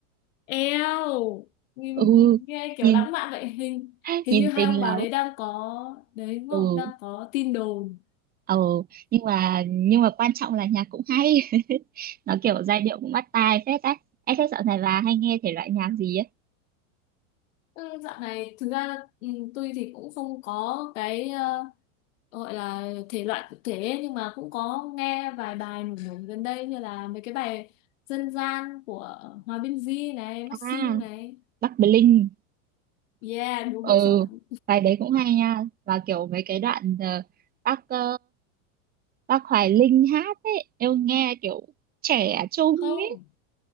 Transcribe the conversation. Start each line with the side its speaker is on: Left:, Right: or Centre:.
Left: Eo, nghe
Right: Ừ,
Left: nghe kiểu
Right: nhìn
Left: lãng mạn vậy. Hình
Right: <laughs>
Left: hình
Right: nhìn
Left: như hai
Right: tình
Left: ông
Right: lắm.
Left: bà đấy đang có đấy đúng
Right: Ừ,
Left: không? Đang có tin đồn.
Right: ừ, nhưng mà nhưng mà quan trọng là nhạc cũng hay. <laughs> Nó kiểu giai điệu cũng bắt tai phết ấy. Em thế dạo này bà hay nghe thể loại nhạc gì ấy?
Left: Ừ, dạo này thực ra ừ, tôi thì cũng không có cái ờ, ờ, gọi là thể loại cụ thể ấy, nhưng mà cũng có nghe vài bài nổi nổi gần đây như là mấy cái bài dân gian của Hòa Bình Di này, Mắt
Right: À,
Left: Siêu này.
Right: Bắc Bling
Left: Yeah, đúng
Right: ừ
Left: chuẩn.
Right: bài đấy cũng hay nha và kiểu mấy cái đoạn ờ, bác ờ, bác Hoài Linh hát ấy em nghe kiểu trẻ trung
Left: Không,
Right: ấy